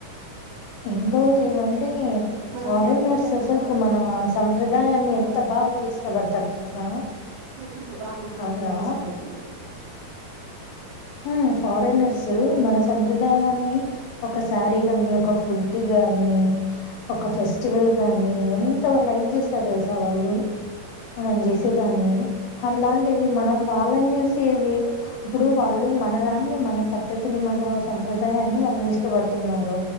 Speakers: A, on the left; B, on the right.
A: ఇంకొ ఒకటి ఏమంటే
B: మనము
A: ఫారెన్ర్స్
B: పద్ధతిగా అంటే
A: అసలుకి
B: ఒక
A: మన సంప్రదాయాన్ని ఎంత
B: ఒక
A: బాగా ఇష్టపడతారు తెలుసా
B: ఇప్పుడు వాళ్ళు
A: కాదరా
B: బాగా ఇష్టపడుతున్నారు
A: మ్ ఫారినర్స్ మన సంప్రదాయాన్ని ఒక శారీ గాని ఒక ఫుడ్ గాని ఒక ఫెస్టివల్ గాని ఈ ఎంత లైక్ చేస్తారు తెలుసా వాళ్ళు మనం చేసేదాన్ని అట్లాంటిది మనం వాళ్ళని చూ చేది ఇప్పుడు వాళ్ళు మనదాన్ని మన పద్ధతిని మన సంప్రదాయాన్ని వాల్ వేష్ ష్టపడుతున్నారు